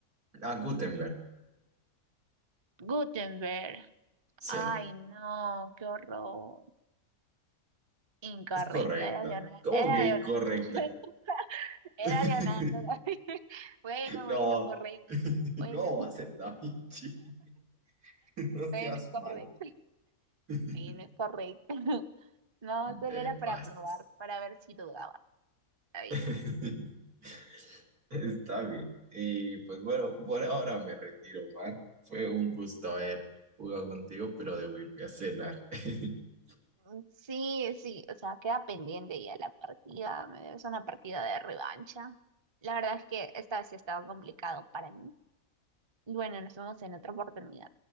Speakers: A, on the right; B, on the right.
A: A Gutenberg.
B: Ni idea. Gutenberg.
A: Sí,
B: Ay, no, qué horror. Incorrecto,
A: es correcta.
B: era Leonardo.
A: ¿Cómo
B: Era
A: que
B: Leonardo.
A: incorrecta?
B: <laughs> Era
A: <laughs>
B: Leonardo da Vinci. <laughs> Bueno, bueno,
A: No.
B: correcto.
A: <laughs>
B: Bueno,
A: ¿Cómo
B: <laughs>
A: va a ser Da Vinci? <laughs> No
B: bueno,
A: seas
B: correcto.
A: mal. <laughs>
B: Bueno, correcto. <laughs> No, solo
A: Te
B: era
A: pases.
B: para probar, para ver si dudaba. Está bien.
A: <laughs> Está bien. Y pues bueno, por ahora me retiro, Omar. Fue un gusto haber jugado contigo, pero debo irme a cenar. <laughs>
B: Mm, Sí, sí, o sea, queda pendiente ya la partida, me debes una partida de revancha. La verdad es que esta vez sí estaba complicado para mí. Y bueno, nos vemos en otra oportunidad.